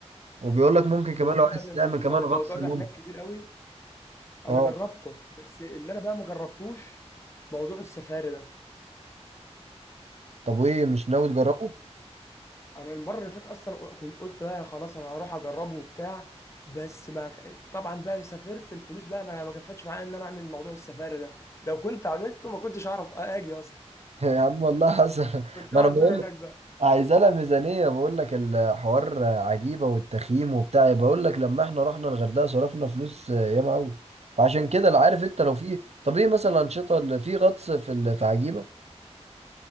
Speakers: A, on the right; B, on the left.
A: وبيقول لك ممكن كمان
B: هو فعلا
A: لو عايز تعمل
B: الم-
A: كمان
B: الموضوع
A: غطس ممكن
B: ده هناك كتير قوي انا
A: اه
B: جربته بس اللي انا بقى ما جربتوش موضوع السفاري ده
A: طب وايه مش ناوي تجربه
B: انا المره اللي فاتت اصلا كنت قلت بقى خلاص انا هروح اجربه وبتاع بس ما ك- طبعا بقى سافرت الفلوس بقى ما ما كفتش معايا ان انا اعمل موضوع السفاري ده لو كنت عملته ما كنتش اعرف اجي اصلا
A: <laughs> يا عم والله حسن
B: كنت
A: ما
B: اقعد
A: انا بقول
B: بقى هناك بقى
A: عايزه لها ميزانيه بقول لك الحوار عجيبه والتخييم وبتاع بقول لك لما احنا رحنا الغردقه صرفنا فلوس ياما قوي فعشان كده لا عارف انت لو في طب ايه مثلا الانشطه اللي في غطس في ال- في عجيبه